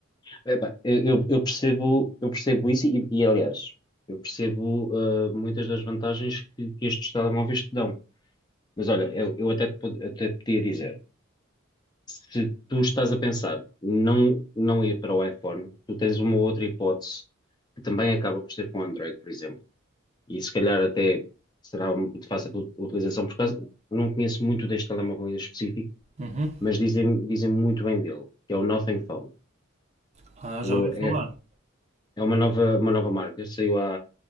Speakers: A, on the left; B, on the right.
A: Epá, eu, eu- eu percebo, eu percebo isso e, e, aliás, eu percebo ah, muitas das vantagens que, que estes telemóveis te dão. Mas olha, eu, eu até, te, pod- até te podia dizer, se tu estás a pensar não, não ir para o iPhone, tu tens uma outra hipótese que também acaba por ser com Android, por exemplo. E se calhar até será de fácil ut- utilização, por causa, não conheço muito deste telemóvel em específico,
B: Uhum.
A: mas dizem, dizem muito bem dele, que é o Nothing Phone.
B: Ah,
A: O-
B: já ouvi
A: é,
B: falar.
A: é uma nova, uma nova marca, saiu